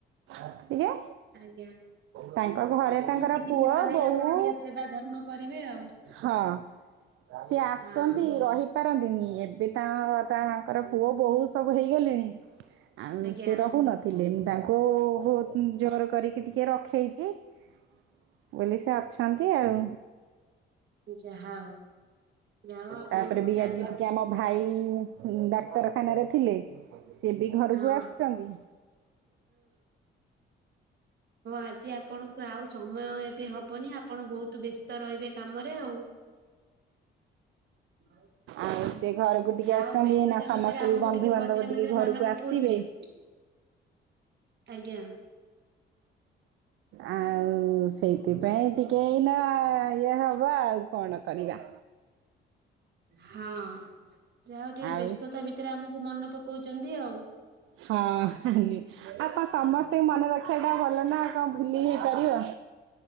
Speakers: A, on the right; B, on the right.
A: ଆଜ୍ଞା?
B: ଆଜ୍ଞା
A: ତାଙ୍କ ଘରେ
B: ଆଉ
A: ତାଙ୍କର
B: ଟିକେ ଚିକିତ୍ସିତ
A: ପୁଅ,
B: ହେଇ
A: ବୋହୂ
B: ଆପଣ ଟିକେ ସେବା ଧର୍ମ କରିବେ ଆଉ
A: ହଁ ସିଏ ଆସନ୍ତି
B: ହଁ
A: ରହି ପାରନ୍ତିନି ଏବେ ତାଙ୍କ ଘରେ ତ ତାଙ୍କର ପୁଅ ବୋହୂ ସବୁ ହେଇଗଲେଣି। ଆଉ
B: ଆଜ୍ଞା
A: ସେ ରହୁ ନଥିଲେ? ତାଙ୍କୁ ବୋହୁତ୍ ଯୋର୍ କରିକି ଟିକେ ରଖେଇଚି। ମୁଁ କହିଲି ସେ ଅଛନ୍ତି ଆଉ।
B: ଯାହା ହଉ। ଯାହା ହଉ ଆପଣଙ୍କ
A: ତାପରେ
B: ଘରଟା
A: ବି ଆଜି
B: ଅତ୍ୟନ୍ତ
A: ଟିକେ ଆମ
B: ଖୁସି
A: ଭାଇ ଡାକ୍ତର ଖାନାରେ ଥିଲେ। ସେ ବି ଘରକୁ
B: ହଁ
A: ଆସିଚନ୍ତି।
B: ହଁ ଆଜି ଆପଣଙ୍କୁ ଆଉ ସମୟ ଏବେ ହବନି ଆପଣ ବୋହୁତ୍ ବ୍ୟସ୍ତ ରହିବେ କାମରେ ଆଉ। <unintelligible>
A: ଆଉ ସେ ଘରକୁ ଟିକେ
B: ଯାହା
A: ଆସିଛନ୍ତି
B: ହୋଉ ବ୍ୟସ୍ତତା
A: ନା ସମସ୍ତେ
B: ଭିତେରେ ଆମକୁ
A: ବି ବନ୍ଧୁବାନ୍ଧବ
B: ଟିକେ ମଝିରେ
A: ଟିକେ
B: ମଝିରେ
A: ଘରକୁ
B: ମନେ ପକୋଉଥିବେ?
A: ଆସିବେ
B: ଆଜ୍ଞା।
A: ଆଉ ସେଇଥିପାଇଁ ଟିକେ ଏଇନା ଇଏ ହବା ଆଉ କଣ କରିବା?
B: ହଁ ଯାହା ହୋଉ ଟିକେ
A: ଆଉ
B: ବ୍ୟସ୍ତତା ଭିତରେ ଆମକୁ ମନେ ପକୋଉଚନ୍ତି ଆଉ।
A: ହଁ ଖାଲି ଆଉ କଣ ସମସ୍ତଙ୍କୁ ମନେ ରଖିବା ଟା ଭଲ ନା କଣ ଭୁଲି ହେଇପାରିବ?